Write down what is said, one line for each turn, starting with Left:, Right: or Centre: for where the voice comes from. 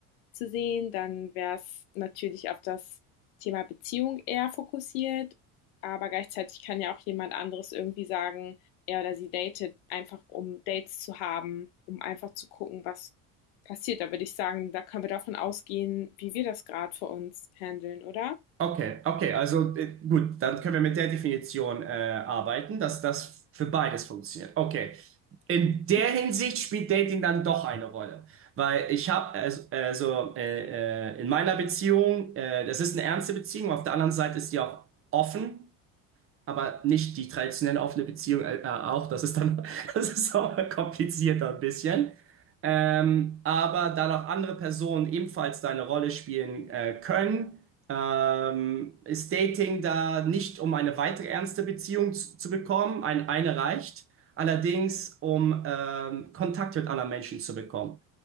Left: zu sehen, dann wäre es natürlich auf das Thema Beziehung eher fokussiert. Aber gleichzeitig kann ja auch jemand anderes irgendwie sagen, er oder sie datet einfach, um Dates zu haben, um einfach zu gucken, was passiert. Da würde ich sagen, da können wir davon ausgehen, wie wir das gerade für uns handeln, oder?
Right: Okay, okay, also äh, gut, dann können wir mit der Definition äh, arbeiten, dass das für beides funktioniert. Okay, in der
Left: Ja.
Right: Hinsicht spielt Dating dann doch eine Rolle, weil ich habe also also, äh, äh, in meiner Beziehung, äh, das ist eine ernste Beziehung, auf der anderen Seite ist die auch offen aber nicht die traditionelle offene Beziehung äh, äh, auch. Das ist dann, <laughs> das ist auch komplizierter ein bisschen. Ähm, aber da noch andere Personen ebenfalls da eine Rolle spielen äh, können, ähm, ist Dating da nicht, um eine weitere ernste Beziehung zu, zu bekommen. Ein, eine reicht. Allerdings, um ähm, Kontakt mit anderen Menschen zu bekommen.